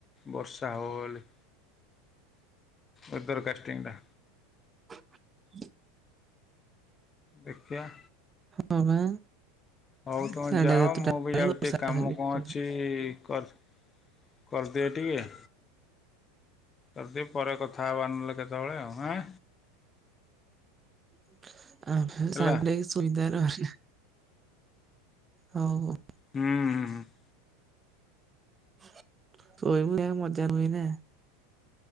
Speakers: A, on the left; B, on the right.
A: ବର୍ଷା ହବ ବୋଲି। ୱେଦର କାଷ୍ଟିଙ୍ଗ ଟା
B: <inaudible>
A: ଦେଖିଆ
B: ହଁ ବା
A: ହଉ ତମେ
B: ସାଢେ
A: ଯାଅ।
B: ସାତଟା
A: ମୁଁ
B: ହେଲାଣି
A: ବି ଯାଉଛି
B: ବର୍ଷା
A: ଟିକେ କାମ
B: ଛାଡିନି ଏପର୍ଯ୍ୟନ୍ତ।
A: କଣ ଅଛି କର କରିଦିଅ ଟିକେ। କରଦିଏ ପରେ କଥା ହବା ନହଲେ କେତେବେଳେ ଆଉ, ଆଁ।
B: <inaudible> ଆଉଥରେ
A: ହେଲା
B: <unintelligible> ଶୋଇବାର ବାହାନା, ହଉ ହଉ।
A: ହୁଁ।
B: <unintelligible>